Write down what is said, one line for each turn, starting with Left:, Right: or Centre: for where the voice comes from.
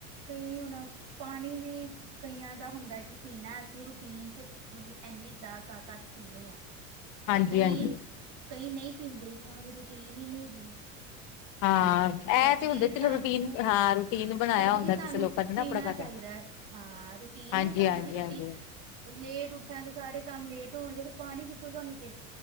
Right: ਕਈ ਹੁਣ ਪਾਣੀ ਵੀ ਕਈਆਂ ਦਾ ਹੁੰਦਾ ਐ ਕਿ ਪੀਣਾ ਅਸੀਂ ਰੂਟੀਨ 'ਚ ਮਤਲਬ ਐਨੇ ਗਲਾਸ ਆ ਤੱਕ ਪੀਣੇ ਐ ਪਰ
Left: ਹਾਂਜੀ
Right: ਕਈ,
Left: ਹਾਂਜੀ
Right: ਕਈ ਨਈ ਪੀਂਦੇ ਹੋਨਾ ਦੀ ਰੂਟੀਨ ਈ ਨੀ ਗੀ।
Left: ਹਾਂ
Right: ਜਦ
Left: ਇਹ ਤੇ
Right: ਕੀ
Left: ਹੁੰਦੇ ਚਲੋ
Right: ਸਾਨੂੰ,
Left: ਰੂਟੀਨ ਹਾਂ ਰੂਟੀਨ ਬਣਾਇਆ
Right: ਜਦ
Left: ਹੁੰਦਾ
Right: ਕੀ ਸਾਨੂੰ
Left: ਕਿਸੇ ਲੋਕਾਂ ਨੇ ਨਾ
Right: ਪੀਣਾ
Left: ਆਪਣਾ ਸਾਡਾ
Right: ਚਾਈਦਾ ਐ। ਹਾਂ ਰੂਟੀਨ
Left: ਹਾਂਜੀ
Right: ਦੇ ਹਿਸਾਬ
Left: ਹਾਂਜੀ
Right: ਨਾਲ ਜੇ ਰੂਟੀ
Left: ਹਾਂਜੀ
Right: ਲੇਟ ਉੱਠਾਂਗੇ ਸਾਰੇ ਕੰਮ ਲੇਟ ਹੋਣਗੇ ਤੇ ਪਾਣੀ ਕਿੱਥੋਂ ਸਾਨੂੰ ਚੇ